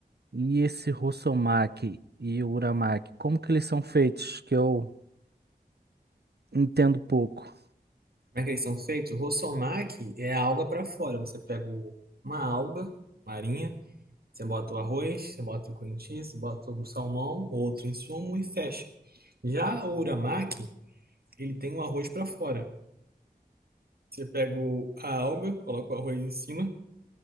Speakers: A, on the right; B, on the right.
A: E esse Rossomaki e o Uramaki, como que eles são feitos? Que eu entendo pouco.
B: Como é que eles são feitos? O Rosomaki é a alga para fora. Você pega o- uma alga marinha, você bota o arroz, você bota o cream cheese, você bota um salmão, outro insumo e fecha. Já o uramaki, ele tem o arroz para fora. Você pega o- a alga, coloca o arroz em cima,